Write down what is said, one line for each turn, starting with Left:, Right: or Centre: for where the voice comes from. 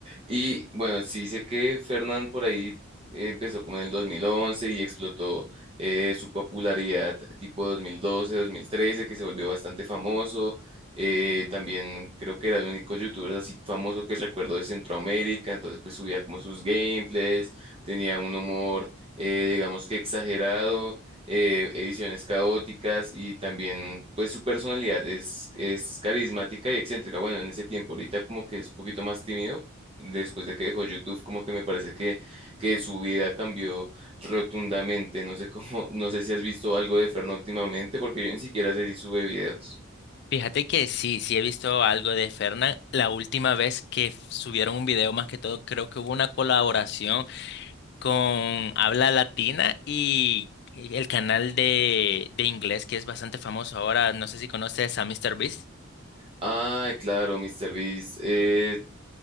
Right: Y bueno, sí sé que Fernán por ahí empezó como en el 2011 y explotó eh, su popularidad tipo 2012, 2013, que se volvió bastante famoso. Eh, también creo que era el único youtuber así famoso que recuerdo de Centroamérica, entonces pues subía como sus gameplays, tenía un humor eh, digamos que exagerado, eh, ediciones caóticas y también pues su personalidad es, es carismática y excéntrica. Bueno, en ese tiempo ahorita como que es un poquito más tímido, después de que dejó YouTube como que me parece que que su vida cambió rotundamente. No sé cómo, no sé si has visto algo de Ferno últimamente, porque yo ni siquiera sé si sube videos.
Left: Fíjate que sí, sí he visto algo de Fernan. La última vez que f- subieron un video, más que todo, creo que hubo una colaboración con habla latina y el canal de, de inglés que es bastante famoso ahora. No sé si conoces a MrBeast.
Right: Ah, claro, MrBeast. Beast eh,